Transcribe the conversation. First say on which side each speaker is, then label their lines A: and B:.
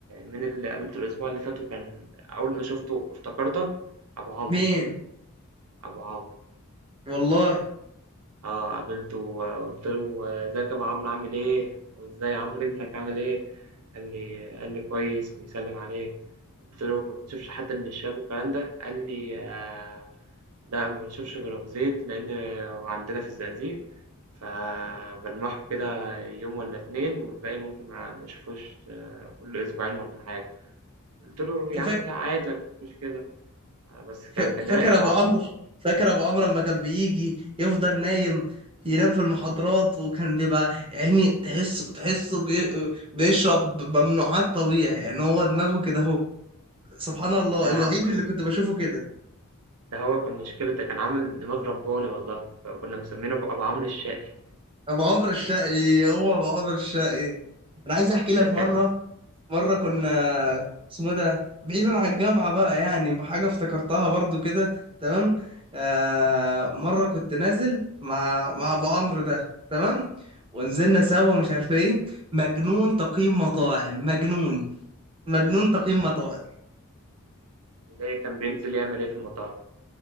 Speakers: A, on the right (about 80°); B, on the right (about 25°).
A: مين اللي قابلته الأسبوع اللي فات وكان أول ما شُفته افتكرتك؟ أبو عمرو،
B: مين
A: أبو عمرو.
B: والله
A: آه قابلته وقلت له ازيك يا ابو عمرو عامل ايه وازاي عمرو ابنك عامل ايه قال لي قال لي كويس وبيسلم عليك قلت له ما بتشوفش حد من الشباب والكلام ده قال لي آه لا ما بشوفش غير ابو زيد لان هو عندنا في الزقازيق فبلمحه كده يوم ولا اتنين والباقي ممكن ما ما اشوفوش آه، كل اسبوعين ولا حاجه قلت له
B: انت
A: يا
B: فاكر
A: عم لا عادي مفيش مشكله آه، بس كان
B: ف-
A: كان
B: فاكر
A: رايق ابو
B: ابو
A: عمرو
B: عمرو
A: برضه
B: فاكر ابو عمرو لما كان بيجي يفضل نايم ينام في المحاضرات وكان بيبقى يعني تحس تحسه بي... بيشرب ممنوعات طبيعي يعني هو دماغه كده اهو سبحان الله
A: لا
B: الوحيد
A: يا عم
B: اللي كنت بشوفه كده
A: ده هو كان مشكلة ده كان عامل دماغ رباني والله فكنا مسمينه أبو أبو عمرو الشقي
B: ابو عمرو الشقي هو ابو عمرو الشقي انا عايز احكي لك
A: ده كان
B: مره مرة كنا
A: آه،
B: اسمه ده بعيدا عن الجامعة بقى يعني بحاجة افتكرتها برضو كده تمام آه مرة كنت نازل مع مع أبو عمرو ده تمام ونزلنا سوا مش عارف ايه مجنون تقييم مطاعم مجنون مجنون تقييم مطاعم
A: اللي كان بينزل يعمل إيه في المطاعم